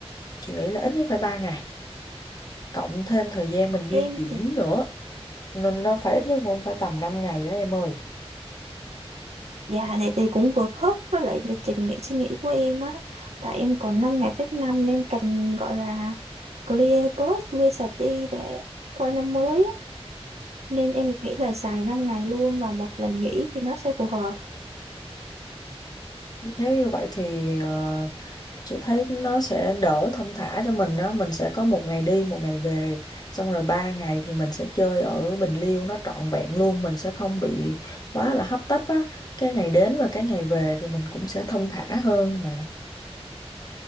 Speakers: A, on the left; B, on the right.
A: chị nghĩ là ít nhất phải ba ngày cộng thêm thời gian mình di
B: em
A: chuyển
B: thì
A: nữa nên nó phải ít nhất cũng phải tầm 5 ngày đó em ơi
B: dạ này thì cũng vừa khớp với lại lịch trình nghỉ suy nghĩ của em á tại em còn 5 ngày phép năm nên em cần gọi là clear bus clear sạch đi để qua năm mới á nên em nghĩ là xài 5 ngày luôn và một lần nghỉ thì nó sẽ phù hợp
A: nếu như vậy thì ờ, chị thấy nó sẽ đỡ thong thả cho mình đó mình sẽ có một ngày đi một ngày về xong rồi ba ngày thì mình sẽ chơi ở Bình Liêu nó trọn vẹn luôn mình sẽ không bị quá là hấp tấp á cái ngày đến và cái ngày về thì mình cũng sẽ thong thả hơn mà